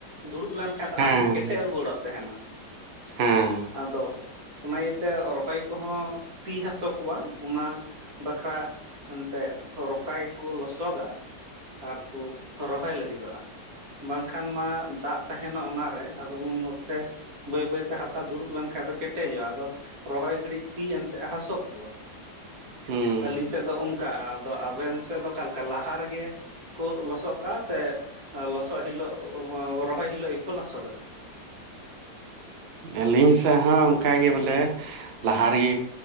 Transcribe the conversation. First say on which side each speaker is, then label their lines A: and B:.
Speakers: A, on the right; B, on the right.
A: ᱫᱩᱲᱩᱵ ᱞᱮᱱᱠᱷᱟᱱ ᱫᱚ
B: ᱦᱮᱸ
A: ᱟᱨᱦᱚᱸ ᱠᱮᱴᱮᱡ ᱨᱩᱣᱟᱹᱲᱚᱜ ᱛᱟᱦᱮᱸᱱᱟ᱾
B: ᱦᱮᱸ
A: ᱟᱫᱚ ᱚᱱᱟ ᱤᱭᱟᱹᱛᱮ ᱨᱚᱦᱚᱭ ᱠᱚᱦᱚᱸ ᱛᱤ ᱦᱟᱹᱥᱩ ᱠᱚᱣᱟ ᱚᱱᱟ ᱵᱟᱠᱷᱨᱟ ᱮᱱᱛᱮᱫ ᱨᱚᱠᱟᱭ ᱜᱮᱠᱚ ᱞᱚᱥᱚᱜᱟ᱾ ᱟᱨ ᱠᱩ ᱨᱚᱦᱚᱭ ᱞᱟᱹᱜᱤᱫᱚᱜ-ᱟ᱾ ᱵᱟᱝᱠᱷᱟᱱ ᱢᱟ ᱫᱟᱜ ᱛᱟᱦᱮᱸᱱᱟ ᱚᱱᱟᱨᱮ ᱟᱫᱚ ᱩᱱ ᱚᱠᱛᱮ ᱵᱟᱹᱭ-ᱵᱟᱹᱭᱛᱮ ᱦᱟᱥᱟ ᱫᱩᱲᱩᱵ ᱞᱮᱱᱠᱷᱟᱡ ᱫᱚ ᱠᱮᱴᱮᱡᱚᱜ-ᱟ ᱟᱫᱚ ᱨᱚᱦᱚᱭ ᱜᱷᱟᱹᱲᱤᱡ ᱛᱤ ᱮᱱᱛᱮᱜ ᱦᱟᱹᱥᱩ ᱠᱚᱣᱟ᱾
B: ᱦᱩᱸ
A: ᱟᱹᱞᱤᱧ ᱥᱮᱫ ᱫᱚ ᱚᱱᱠᱟ ᱟᱫᱚ ᱟᱵᱮᱱ ᱥᱮᱫ ᱫᱚ ᱚᱠᱟ ᱞᱮᱠᱟ ᱞᱟᱦᱟ ᱨᱮᱜᱮ ᱠᱚ ᱞᱚᱥᱚᱜ ᱠᱟᱜ-ᱟ ᱥᱮ ᱞᱚᱥᱚᱜ ᱦᱤᱞᱳᱜ ᱨᱚᱦᱚᱭ ᱦᱤᱞᱳᱜ ᱜᱮᱠᱚ ᱞᱚᱥᱚᱫᱟ᱾
B: ᱟᱹᱞᱤᱧ ᱥᱮᱫ ᱦᱚᱸ ᱚᱱᱠᱟ ᱜᱮ ᱵᱚᱞᱮ ᱞᱟᱦᱟ ᱨᱮᱜᱮ